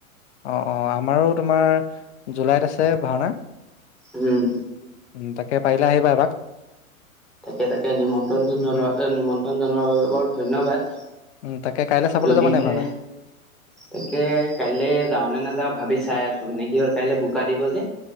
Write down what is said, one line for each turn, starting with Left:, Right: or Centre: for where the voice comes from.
Left: অ অ আমাৰো তোমাৰ জুলাইত আছে ভাওনা
Centre: হম
Left: উম তাকে পাৰিলে আহিবা এপাক
Centre: তাকে তাকে নিমন্ত্ৰণটো
Left: উম
Centre: জনোৱা
Left: উম
Centre: নিমন্ত্ৰণ জনোৱাৰ বাবে বৰ ধন্যবাদ
Left: উম তাকে কাইলৈ চাবলৈ
Centre: যদিহে
Left: যাবা নে নাই ভাওনা
Centre: তাকে কাইলে যাওঁ নে নাযাওঁ ভাবি চাই আছো মানে কি হ'ল কাইলৈ বোকা দিব যে